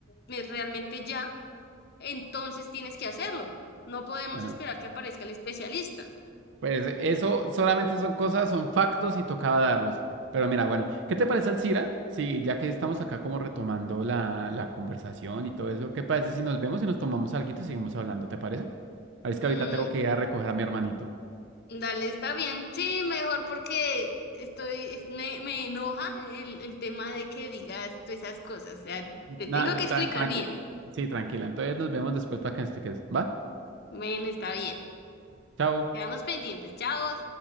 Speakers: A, on the left; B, on the right.
A: eh, realmente ya, entonces tienes que hacerlo. No podemos
B: Bueno.
A: esperar que aparezca el especialista.
B: Pues eso solamente son cosas, son factos y tocaba darlos. Pero mira, bueno, ¿qué te parece, Alcira? Sí, ya que estamos acá como retomando la, la conversación y todo eso, ¿qué parece si nos vemos y nos tomamos algo y seguimos hablando? ¿Te parece? Ah, Es que
A: Mm,
B: ahorita tengo que ir a recoger a mi hermanito.
A: Dale, está bien. Sí, mejor porque estoy, es- me, me enoja el, el tema de que digas todas esas cosas. O sea,
B: Nada,
A: te tengo que
B: tra-
A: explicar
B: tranqui-
A: bien.
B: sí, tranquila. Entonces nos vemos después para que me expliques. ¿Va?
A: bueno está bien.
B: Chao.
A: Quedamos pendientes. Chao.